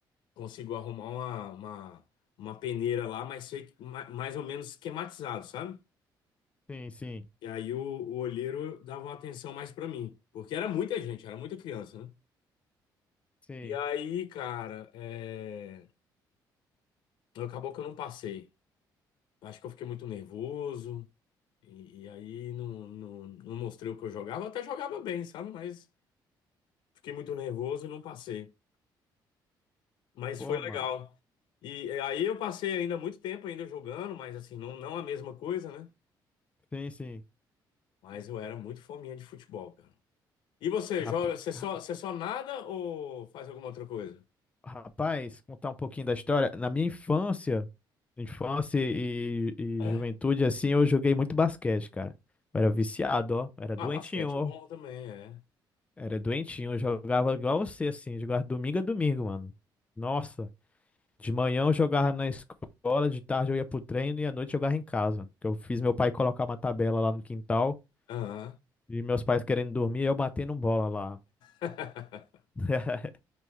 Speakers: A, on the left; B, on the left.
A: consigo arrumar uma, uma, uma peneira lá, mas sei, que ma- mais ou menos esquematizado, sabe?
B: sim, sim,
A: E aí o, o olheiro dava uma atenção mais pra mim, porque era muita gente, era muita criança, né?
B: sim.
A: E aí, cara, é... acabou que eu não passei. Acho que eu fiquei muito nervoso, e, e aí não, não, não mostrei o que eu jogava. Eu até jogava bem, sabe? Mas fiquei muito nervoso e não passei. Mas
B: Pô,
A: foi
B: mano.
A: legal. E é, aí eu passei ainda muito tempo ainda jogando, mas assim, não, não a mesma coisa, né?
B: Sim, sim.
A: Mas eu era muito fominha de futebol, cara. E você
B: Rap-
A: joga, você só,
B: ra-
A: você só nada ou faz alguma outra coisa?
B: Rapaz, contar um pouquinho da história. Na minha infância, infância e, e
A: É.
B: juventude, assim, eu joguei muito basquete, cara. Eu era viciado, ó. Eu Era
A: Ah,
B: doentinho,
A: basquete
B: ó.
A: é bom também, é.
B: Era doentinho. Eu jogava igual você, assim. Jogava domingo a domingo, mano. Nossa. De manhã eu jogava na escola, de tarde eu ia pro treino e à noite eu jogava em casa. Que eu fiz meu pai colocar uma tabela lá no quintal
A: Aham.
B: e meus pais querendo dormir, eu batendo bola lá.
A: <laughs>
B: <laughs>